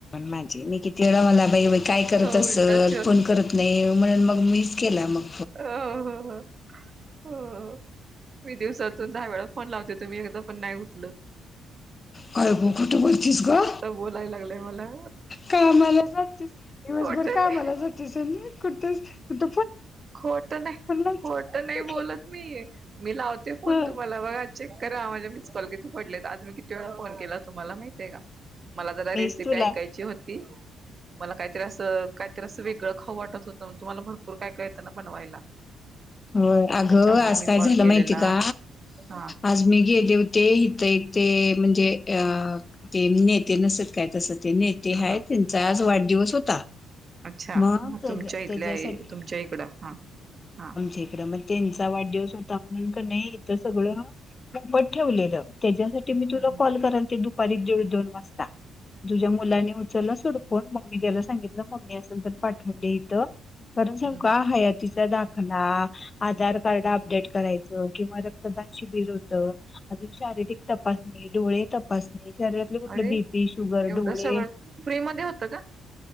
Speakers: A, on the left (about 30°); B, on the right (about 40°).
A: माझे मी किती वेळा मला बाई काय करत असल
B: उलटाच
A: फोन करत नाही म्हणून मग - मीच केला मग -
B: अ हो हो हो मी दिवसातून दहा वेळा फोन लावते. तुम्ही एकदा पण नाही उतलत!
A: काय ब कुठे बोलतीस ग
B: बोलायला लागलंय मला
A: कामाला जातीस दिवसभर
B: खोट नाही
A: कामाला जातीस आणि! कुठच इथ कुठ.
B: खोट नाही
A: लावतीस
B: खोट नाही बोलत मी मी लावते फोन
A: ह
B: तुम्हाला बघा चेक करा माझे! मिस कॉल किती पडले आज मी किती वेळा फोन केला तुम्हाला माहिती आहे का? मला जरा
A: मीच
B: रेसिपी
A: तुला
B: ऐकायची होती. मला काहीतरी असं काहीतरी असं वेगळं खाऊ वाटत होतं मग तुम्हाला भरपूर काय! काय त्यांन बनवायला.
A: होय अगं
B: त्याच्यामुळे
A: आज
B: मी
A: काय
B: कॉल
A: झालं
B: केलेला
A: माहिती का
B: हा
A: आज मी गेले होते. ते इथ इथे ते म्हणजे अ ते नेते नसतात काय तस! नेते
B: ह
A: आहे
B: हा
A: त्यांचा आज वाढ! दिवस होता.
B: अच्छा
A: मग त्याच्या
B: तुमच्या इथल्या
A: त्याच्यासाठी
B: तुमच्या इकडं हां हां.
A: इकड मग त्यांचा वाढदिवस होता म्हण! नाही इथ सगळं
B: हम्म
A: मोफत ठेवलेलं! त्याच्यासाठी मी तुला
B: हम्म
A: कॉल करालते दु परत देऊ दोन वाजता. तुझ्या मुलांनी
B: हम्म
A: उचलला सोडू कोण मम्मी त्याला सांगितलं मम्मी अस बरं पाठवते इथ कारण सांगू
B: हम्म हम्म
A: हयातीचा दाखला. आधार कार्ड अपडेट करायचं किंवा रक्तदान शिबिर होतं, अजून शारीरिक तपासणी डोळे तपासणी! शरीरातले कुठले
B: अरे
A: बीपी शुगर
B: एवढं
A: डोळे.
B: सगळं फ्री मध्ये होतं का